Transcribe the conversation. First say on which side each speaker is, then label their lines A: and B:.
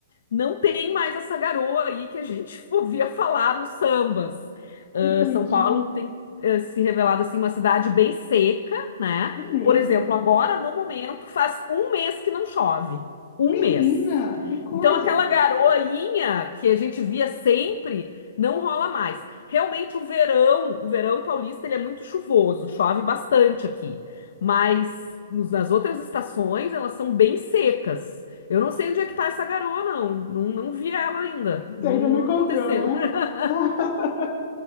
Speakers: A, on the left; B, on the left.
A: não tem mais essa garoa aí que a gente <laughs> ouvia falar nos sambas. Ah,
B: Entendi.
A: São Paulo tem ah, se revelado assim uma cidade bem seca, né?
B: É mesmo.
A: Por exemplo, agora no momento faz um mês que não chove, um
B: Menina,
A: mês.
B: que coisa!
A: Então aquela garoinha que a gente via sempre não rola mais. Realmente o verão, o verão paulista ele é muito chuvoso, chove bastante aqui, mas nos- nas outras estações elas são bem secas. Eu não sei onde é que tá essa garoa, não. Não, não vi ela ainda.
B: Você
A: Não,
B: ainda
A: não
B: não encontrou,
A: aconteceu.
B: né?
A: <laughs>
B: <laughs>